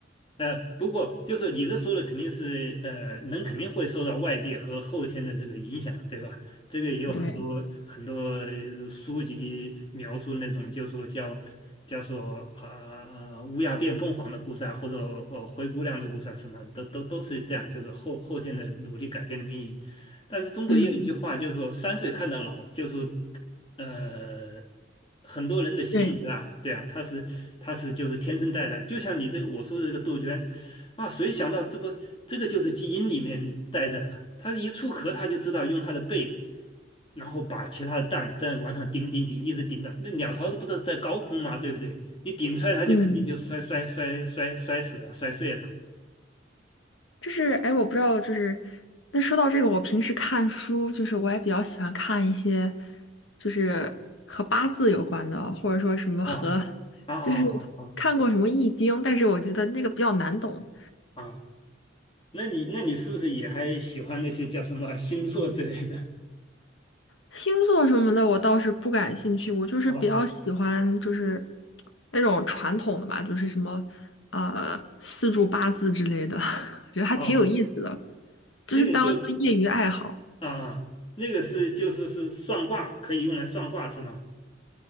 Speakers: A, on the left (about 25°); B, on the left (about 80°).
A: 呃，不过就是你这说的肯定是呃，人肯定会受到外界和后天的这个影响，对吧？这个也有很多很多呃书籍描述那种，
B: 对，
A: 就说叫叫做呃呃乌鸦变凤凰的故事啊，或者呃灰姑娘的故事啊，什么都都都是这样，就是后后天的努力改变了命运。但是中国也有一句话，
B: 嗯，
A: 就是说三岁看到老，就是呃，很多人的性格啊，
B: 对，
A: 对啊，他是他是就是天生带来，就像你这个我说的这个杜鹃啊，谁想到这不这个就是基因里面带着啊，它一出壳它就知道用它的背，然后把其他的蛋在往上顶顶顶，一直顶到那鸟巢不是在高空嘛，对不对？你顶出来它就肯定就摔摔摔摔摔死了，
B: 嗯。
A: 摔碎了，
B: 就是哎，我不知道，就是那说到这个，我平时看书，就是我也比较喜欢看一些，就是和八字有关的，或者说什么和，
A: 哇啊啊啊啊
B: 就是 <laughs> 看过什么易经，但是我觉得那个比较难懂。
A: 啊啊！那你那你是不是也还喜欢那些叫什么星座之类的？
B: 星座什么的我倒是不感兴趣，我就是比较喜欢就是
A: <laughs> 哦
B: 那种传统的吧，就是什么呃四柱八字之类的，<laughs> 我觉得还挺有意思的，
A: 哦
B: 就是当一个业余爱好。
A: 那个就啊啊，那个是就说是算卦，可以用来算卦是吗？